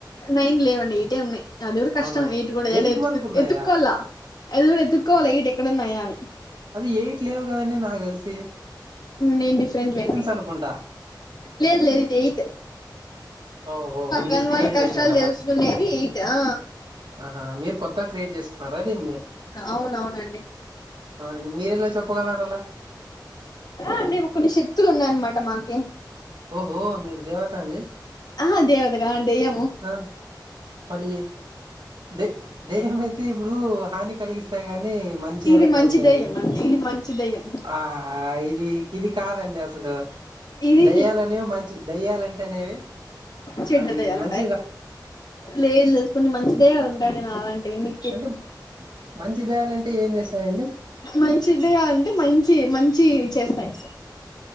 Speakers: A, on the left; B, on the right.
A: నైన్ లేవండి ఎయిటే ఉన్నాయి అది కూడా కష్టం
B: అవునా
A: ఎయిట్ కూడా ఎడ
B: వరకు ఉన్నాయా
A: ఎతుక్కోవాల ఎల్లి ఎతుకోవల ఏఇట్ ఎక్కడ ఉన్నాయా అని
B: అది ఎయిట్ లేవు కదనే నాకు తెల్స్
A: నేను డిఫరెంట్లండి
B: అనుకుంటా
A: లేదు లేదు ఇది ఎయిట్
B: ఓ ఓ
A: పక్కన
B: మీరు
A: వాళ్ళ
B: క్రియేట్
A: కష్టాలు
B: చేసినారా
A: తెలుసుకునేది ఎయిట్ ఆ
B: ఆహా మీరు కొత్తగా క్రియేట్ చేసుకున్నారా దీన్ని
A: అవునవునండి
B: అవునండి మీరెలా చెప్పగలరు అలా
A: అండి కొన్ని శక్తులు ఉన్నాయన్నమాట మాకి
B: ఓహో మీరు దేవత అండి
A: ఆ దేవత గాదు దయ్యము
B: ఆ మళ్ళీ ద దేయం అయితే ఇప్పుడు హాని కలిగిస్త వస్తాయి కాని మంచి
A: ఇది
B: ఎలా కోరతాయండి
A: మంచి దెయ్యం అండి ఇది మంచి దెయ్యం
B: ఆ ఇవి ఇవి కాదండి అసలు
A: ఇది
B: దయ్యాలనేవి మంచి దయ్యాలంటే అంటేనే
A: చెడ్డ
B: అవి
A: దెయ్యాలు
B: మంచి
A: లేదు లేదు కొన్ని మంచి దయ్యాలు ఉంటండి నా అలాంటివి మీ
B: అంటే మంచి దయ్యాలంటే ఏం చేస్తాయండి
A: మంచి దయ్యాలు అంటే మంచి మంచి చేస్తాయి